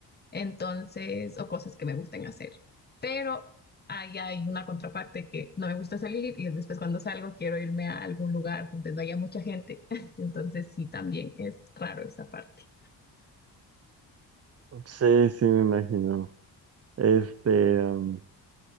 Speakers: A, on the left; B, on the right.
A: Entonces, o cosas que me gusten hacer. Pero ahí hay una contraparte que no me gusta salir y después cuando salgo quiero irme a algún lugar donde no haya mucha gente entonces sí, también es raro esa parte.
B: Sí, sí, me imagino. Este, um,